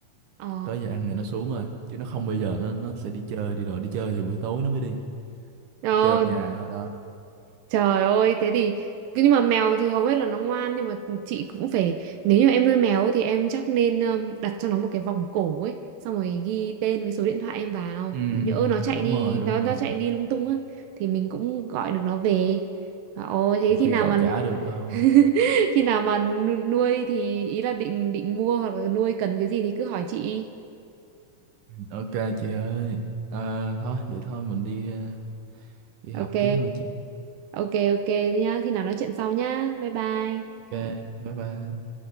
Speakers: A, on the right (about 85°); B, on the right (about 70°).
A: ờ
B: tới giờ ăn thì nó xuống rồi chứ nó không bây giờ nó nó sẽ đi chơi đi rồi đi chơi thì buổi tối nó mới đi
A: ờ
B: chơi ở nhà ở đó
A: Trời ơi, thế thì cứ- nhưng mà mèo thì hầu hết là nó ngoan nhưng mà chị cũng phải nếu như em nuôi mèo ấy thì em chắc nên um, đặt cho nó một cái vòng cổ ấy, xong rồi ghi tên với số điện thoại em vào.
B: ừ
A: Nhỡ nó chạy
B: đúng
A: đi,
B: rồi
A: nó
B: đúng rồi
A: nó chạy đi lung tung á thì mình cũng gọi được nó về. Trời ơi, thế
B: nhiều khi
A: khi nào
B: gọi
A: mà
B: chả được đâu
A: <laughs> khi nào mà nu- nuôi thì ý là định định mua hoặc là nuôi cần cái gì thì cứ hỏi chị.
B: ok chị ơi à, thôi vậy thôi mình đi ờ, đi học
A: Ok.
B: tiếp thôi chị
A: Ok ok nhá, khi nào nói chuyện sau nhá. Bye bye.
B: ok bye bye